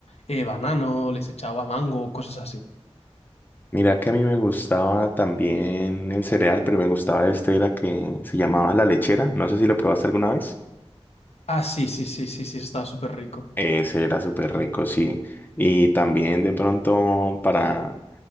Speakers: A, on the left; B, on the left.
A: eh, banano, les echaba mango, cosas así.
B: Mira que a mí me gustaba también el cereal, pero me gustaba este, era que se llamaba la lechera. No sé si lo probaste alguna vez.
A: Ah, sí, sí, sí, sí, sí, eso estaba súper rico.
B: Ese era súper rico, sí. Y también de pronto para